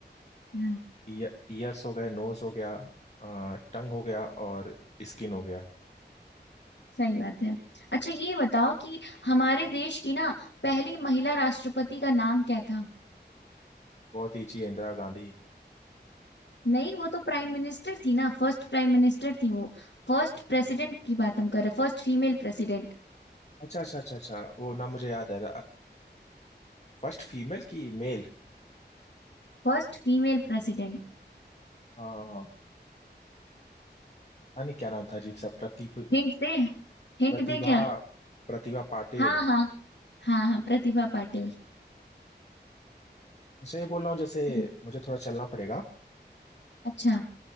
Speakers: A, on the left; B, on the left.
A: हाँ
B: ईयर्स हो गए नोज हो गया टंग हो गया और स्किन हो गया
A: सही बात है अच्छा ये बताओ कि हमारे देश की ना पहली महिला राष्ट्रपति का नाम क्या था
B: बहुत ईजी है इंदिरा गांधी
A: नहीं वो तो प्राइम मिनिस्टर थी ना फर्स्ट प्राइम मिनिस्टर थी वो फर्स्ट प्रेसिडेंट की बात हम कर रहे हैं, first female president
B: अच्छा अच्छा अच्छा अच्छा वो नाम मुझे याद है फर्स्ट फीमेल की मेल
A: First female president
B: हाँ पता नहीं क्या नाम था अजीब सा प्रतिभ
A: Hint दे हिंट
B: प्रतिभा
A: दे क्या
B: प्रतिभा पाटिल
A: हाँ हाँ हाँ हाँ प्रतिभा पाटिल
B: अच्छा ये बोल रहा हूँ जैसे
A: हम्म,
B: मुझे थोड़ा चलना पड़ेगा
A: अच्छा